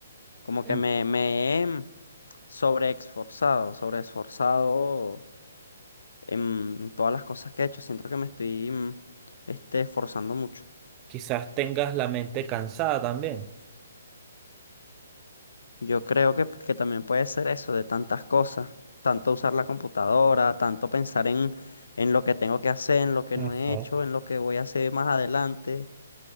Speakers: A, on the left (about 70°); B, on the right (about 25°).
A: Como
B: En-
A: que me, me he sobreexforzado, sobreesforzado en todas las cosas que he hecho. Siento que me estoy, mm, este, esforzando mucho.
B: quizás tengas la mente cansada también.
A: Yo creo que, que también puede ser eso de tantas cosas, tanto usar la computadora, tanto pensar en, en lo que tengo que hacer, en lo que no
B: Ujú.
A: he hecho, en lo que voy a hacer más adelante.